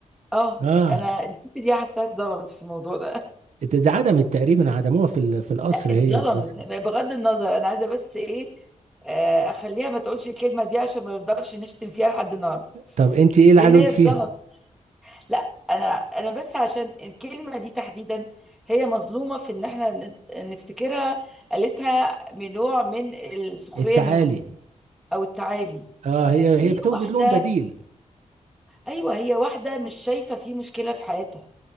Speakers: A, in the centre; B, on the right (about 70°).
A: اه
B: اه
A: انا الست دي حاساها اتظلمت في الموضوع ده
B: إت- دي عدمت تقريبا عدموها في ال-
A: <laughs>
B: في القصر
A: لا اتظلمت
B: هي وجوزها
A: بغض النظر انا عايزه بس ايه آه، اخليها ما تقولش الكلمه دي عشان ما نفضلش نشتم فيها لحد النهارده
B: طب انت ايه اللي
A: لان
B: عجبك
A: هي
B: فيها
A: اتظلمت لا انا انا بس عشان الكلمه دي تحديدا هي مظلومه في ان احنا نت- نفتكرها قالتها من نوع من السخريه
B: التعالي
A: منهم او التعالي
B: اه هي هي
A: هي
B: بتوجد
A: واحده
B: لهم بديل
A: ايوه هي واحده مش شايفه في مشكله في حياتها